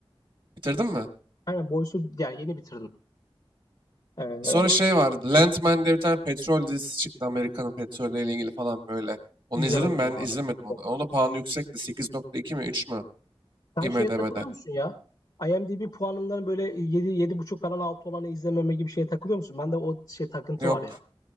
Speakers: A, on the right; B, on the left.
A: Bitirdin mi?
B: Aynen Boys'u yani yeni bitirdim. Ee,
A: Sonra şey vardı. Landman diye bir tane petrol dizisi çıktı. Amerika'nın petrolüyle ilgili falan böyle. Onu
B: izlemedim
A: izledim mi? ben
B: onu
A: izlemedim
B: abi.
A: onu.
B: Yok.
A: Onun da puanı yüksekti. sekiz nokta iki mi 3 mü
B: Sen
A: IMDb'de?
B: şeye takılıyor musun ya? IMDb puanından böyle yedi yedi buçuk falan altı olanı izlememe gibi şeye takılıyor musun? Bende o şey takıntı
A: Yok.
B: var ya.